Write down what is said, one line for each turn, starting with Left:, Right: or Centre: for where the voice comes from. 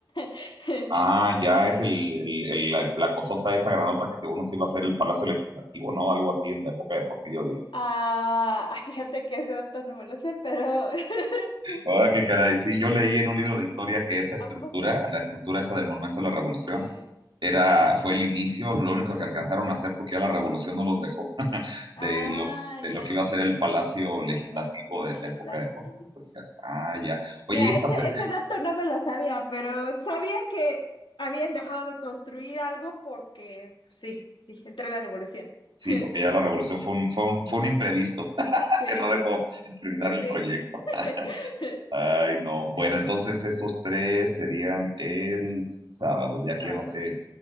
Left: <laughs>
Right: Ah, ya es el, el- el- la, la cosota esa granota que según nos iba a ser el Palacio Legislativo, ¿no? Algo así en la época de Porfirio Díaz.
Left: Ah, ay, fíjate que ese dato no me lo sé, pero... <laughs>
Right: Ah, qué caray. Sí, yo leí en un libro de historia que esa estructura,
Left: ¿A poco?
Right: la estructura esa del Monumento a la Revolución,
Left: Sí.
Right: era, fue el inicio, lo
Left: Oh,
Right: único que alcanzaron a hacer porque ya la Revolución no los dejó, <laughs> de
Left: ah,
Right: lo,
Left: ya.
Right: de lo que iba a ser el Palacio Legislativo
Left: Palacio
Right: de
Left: Legislativo.
Right: la época de Porfirio Díaz. Ah, ya. Oye,
Left: Mira,
Right: ¿y está
Left: ese,
Right: cerca?
Left: ese dato no me lo sabía, pero sabía que habían dejado de construir algo porque, pues, sí, sí, entró la revolución.
Right: Sí,
Left: <laughs>
Right: porque ya la Revolución fue un, fue un, fue un imprevisto <laughs>
Left: Sí,
Right: que no dejó terminar
Left: pues
Right: el
Left: sí.
Right: proyecto.
Left: <laughs>
Right: Ay, no. Bueno,
Left: Sí,
Right: entonces esos tres serían el sábado, ya
Left: sábado.
Right: que anoté